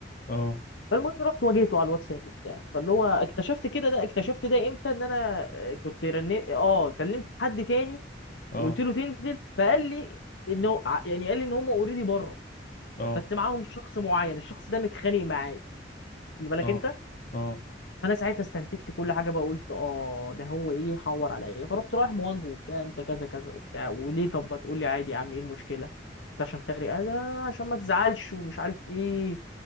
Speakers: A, on the left; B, on the left.
A: اه
B: فالمهم رحت واجهته على الواتساب وبتاع فاللي هو اكتشفت كده ده اكتشفت ده امتى ان انا آه، كنت رنيت اه كلمت حد تاني
A: اه
B: وقلت له تنزل فقال لي انه ع- يعني قال لي ان هم اوريدي بره
A: اه
B: بس معاهم شخص معين الشخص ده متخانق معايا خلي بالك
A: اه اه
B: انت
A: اه
B: فانا ساعتها استنتجت كل حاجه بقى قلت اه ده هو ايه حور عليا فرحت رايح مواجهه وبتاع انت كذا كذا وبتاع وليه طب ما تقول لي عادي يا عم ايه المشكله انت عشان خارج قال لا، عشان ما تزعلش ومش عارف ايه